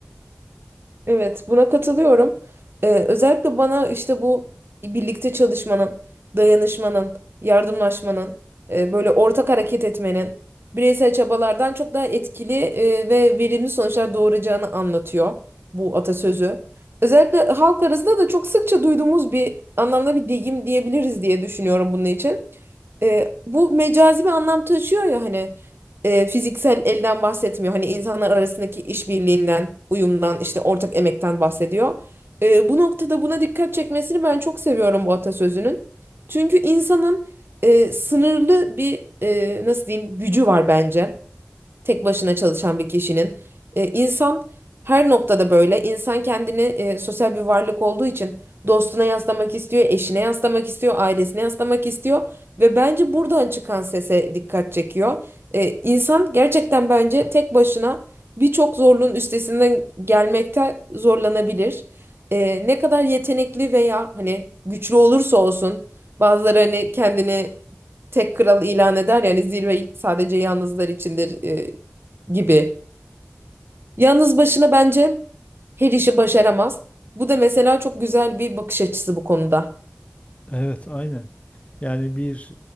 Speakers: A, on the right; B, on the left.
A: Evet, buna katılıyorum. Ee, özellikle bana işte bu birlikte çalışmanın, dayanışmanın, yardımlaşmanın, e, böyle ortak hareket etmenin bireysel çabalardan çok daha etkili e, ve verimli sonuçlar doğuracağını anlatıyor bu atasözü. Özellikle halk arasında da çok sıkça duyduğumuz bir anlamda bir deyim diyebiliriz diye düşünüyorum bunun için. E, bu mecazi bir anlam taşıyor ya hani e, fiziksel elden bahsetmiyor. Hani insanlar arasındaki işbirliğinden, uyumdan, işte ortak emekten bahsediyor. E, bu noktada buna dikkat çekmesini ben çok seviyorum bu atasözünün. Çünkü insanın e, sınırlı bir e, nasıl diyeyim gücü var bence tek başına çalışan bir kişinin. E, insan her noktada böyle. İnsan kendini e, sosyal bir varlık olduğu için dostuna yaslamak istiyor, eşine yaslamak istiyor, ailesine yaslamak istiyor ve bence buradan çıkan sese dikkat çekiyor. E, insan gerçekten bence tek başına birçok zorluğun üstesinden gelmekte zorlanabilir. E, ne kadar yetenekli veya hani güçlü olursa olsun bazıları hani kendini tek kral ilan eder yani zirve sadece yalnızlar içindir e, gibi. Yalnız başına bence her işi başaramaz. Bu da mesela çok güzel bir bakış açısı bu konuda.
B: Evet, aynen. Yani bir